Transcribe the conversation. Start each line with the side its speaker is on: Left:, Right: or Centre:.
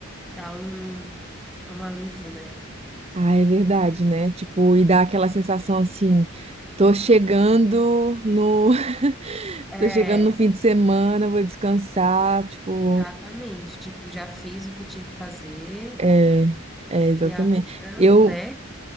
Centre: dá um um alívio, né?
Right: Ah, é verdade, né? Tipo, e dá aquela sensação assim, tô chegando no, <laughs>
Centre: É,
Right: tô chegando no fim de semana, vou descansar, tipo,
Centre: exatamente. Tipo, já fiz o que tinha que fazer
Right: é, é exatamente.
Centre: e agora,
Right: Eu,
Centre: né?